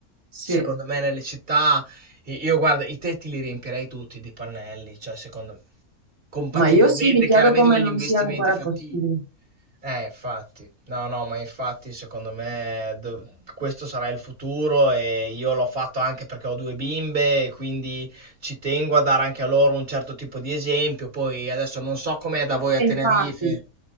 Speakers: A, on the right; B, on the right.
A: Sì,
B: secondo me nelle città... I- Io guarda, i tetti li riempirei tutti di pannelli, cioè secondo compatibilmente
A: ma io sì, mi chiedo
B: chiaramente
A: come
B: con gli
A: non
B: investimenti
A: sia ancora
B: fattibili.
A: possibile.
B: Eh, infatti, no, no, ma infatti secondo me dov- questo sarà il futuro e io l'ho fatto anche perché ho due bimbe e quindi ci tengo a dare anche a loro un certo tipo di esempio. Poi adesso non so com'è da voi a
A: E
B: Tenerife,
A: infatti,